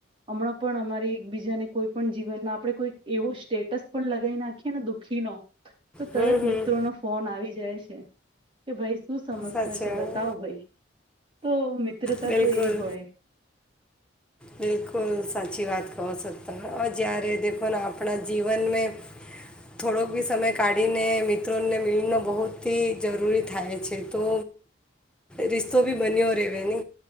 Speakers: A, on the right; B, in the centre.
A: અમણાં પણ અમારી એકબીજાને કોઈ પણ જીવનમાં આપડે કોઈ એવો સ્ટેટસ પણ લગાવી નાખીએ ને દુઃખી નો તો તરત
B: હમ હમ
A: મિત્રો નો ફોન આવી જાય છે. કે ભઈ શું સમસ્યા
B: સાચી
A: છે
B: વાત
A: બતાવ ભઈ તો મિત્રતા
B: બિલકુલ
A: તો એ હોય.
B: બિલકુલ સાચી વાત કહો છો ત અહ જ્યારે દેખો ને આપણા જીવન મે થોડોક બી સમય કાઢીને મિત્રોને મિલનો બહુતથી જરૂરી થાય છે તો રિસ્તો ભી બન્યો રેવે ને.